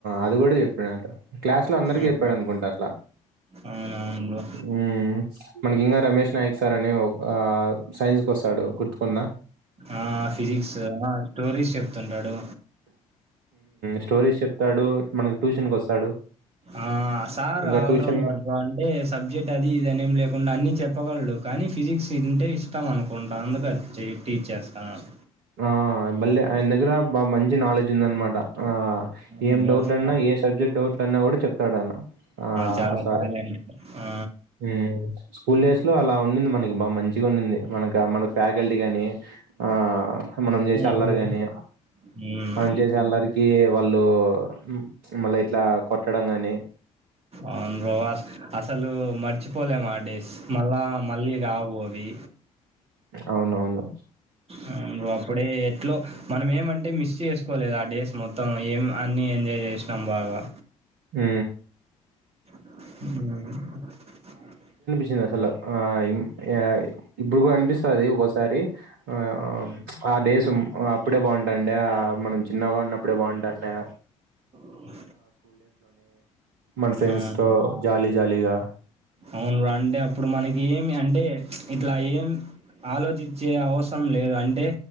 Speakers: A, on the right; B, on the right.
A: అది కూడా చెప్పడాల క్లాస్ లో అందరికి
B: అవును.
A: చెప్పాడు అనుకుంటా అట్లా.
B: అవునవును బ్రో.
A: ఊ మనకి ఇంకా రమేష్ నాయక్ సార్ అని ఒక ఆ సైన్స్ కి వస్తాడు గుర్తుకుందా
B: ఆ ఫిజిక్స్ స్టోరీస్ చెప్తుంటాడు
A: స్టోరీస్ చెప్తాడు మనకు ట్యూషన్ కు వస్తాడు
B: ఆ సార్
A: ఇంకా
B: ఆల్రౌండర్
A: ట్యూషన్ లో
B: అంటే సబ్జెక్ట్ అది ఇదనే ఏం లేకుండా అన్ని చెప్ చెప్పగలడు కానీ ఫిజిక్స్ తంటే ఇష్టం అనుకుంటా అందుకు టీచ్ చేస్తాన్నాను
A: ఆ మళ్ళీ ఆయన దగ్గర బా మంచి నాలెడ్జ్ ఉంద అనమాట ఆ
B: అవును
A: ఏం
B: బ్రో.
A: డౌట్లన్నా
B: చా
A: ఏ సబ్జెక్ట్ డౌట్లు అన్నా కూడా చెప్తాడున్న ఆ
B: చాలా
A: సార్
B: టాలెంట్. ఆ!
A: హు స్కూల్ డేస్ లో అలా ఉంది మనకి బా మంచిగా ఉన్నింది మనక మనకు ఫ్యాకల్టీ గాని ఆ మనం చేసే
B: అవును
A: అళ్లరు
B: బ్రో.
A: కాగాని
B: హ్మ్.
A: మనం చేసే అళ్లరికి వాళ్ళు ఉ మళ్ళ ఇట్లా కొట్టడం గాని నే
B: అవును బ్రో. అస్ అసలు <unintelligible> మళ్ళా మళ్ళీ రావు అది
A: అవునవును
B: అ నుఅప్పుడే ఇంట్లో లో మనం ఏమంటే అంటేమిస్ చేసుకోలేదు ఆ డేస్ మొత్తం ఏం అన్ని ఎంజాయ్ చేస్తాం చంబాగా
A: ఆ
B: ఆ
A: చి అసలు ఆ యిం ఇగ ఇప్పుడు కూడా అనిపిస్తుంది అది ఒకసారి ఆ ఆ డేస్ అప్పుడే బాగుంటాండి మనం చిన్నగా ఉన్నప్పుడే బాగుంటాం డే
B: వు
A: మన ఫ్రెండ్స్
B: అవును
A: తో జాలీ జాలీగా
B: అవును రా అంటే అప్పుడు మనకి ఏమి అంటే ఇట్లా ఏం ఆలోచించే అవసరం లేదు అంటే